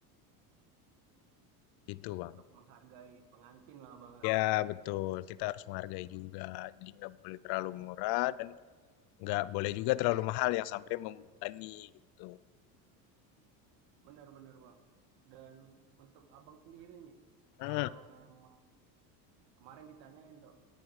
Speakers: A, on the left (about 65°); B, on the right (about 70°).
A: gitu bang.
B: untuk menghargai pengantin lah bang. ya.
A: Ya betul, kita harus menghargai juga, jadi nggak boleh terlalu murah dan nggak boleh juga terlalu mahal yang sampai membebani gitu.
B: Benar-benar bang. Dan untuk abang sendiri nih,
A: Hmm,
B: kalau memang kemarin ditanyain tuh,